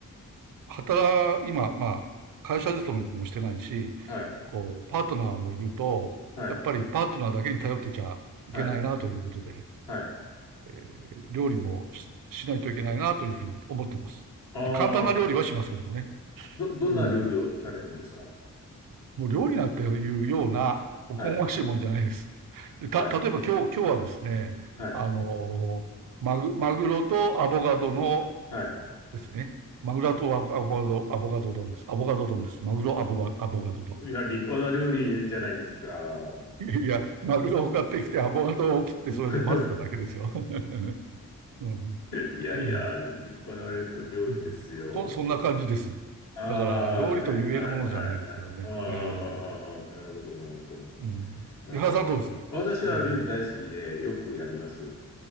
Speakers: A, on the right (about 75°); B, on the left (about 75°).
A: 働、今、まあ、会社勤めもしてないし、
B: はい。
A: こう、パートナーもいると、
B: はい。
A: やっぱりパートナーだけに頼ってちゃいけないなということで、
B: はい。はい。
A: えー料理もししないといけないなというふうに思っています。
B: ああ、
A: で簡単な料理はしますけどもね。
B: ど、どんな料理をされるんですか
A: うん。もう料理なんていうような、おこがましいもんじゃないです。
B: はい。
A: で、た、
B: はい。
A: 例えば今日、今日はですね、
B: はい。
A: あの、マグ、マグロとアボカドの
B: はい。
A: ですね、マグロとアボカド、アボカド丼です。アボカド丼です。マグロ、アボカアボカド丼。
B: いや、立派な料理じゃないですか。
A: いや、マグロを買ってきて、アボカドを切って、それで混ぜただけですよ。
B: <laughs>
A: <laughs> うん、
B: いやいや、
A: うん。
B: 立派な料理ですよ。
A: うん。そ、そんな感じです。
B: ああ、
A: だから、料理と言えるものじゃないですけどね。
B: はい。はい。はい。はい。ああ、ああ、
A: えー、
B: ああ、ああなるほど、なるほど。
A: うん。
B: うん。
A: 井原さんどうですかうん。
B: 私は料理大好きでよくやります。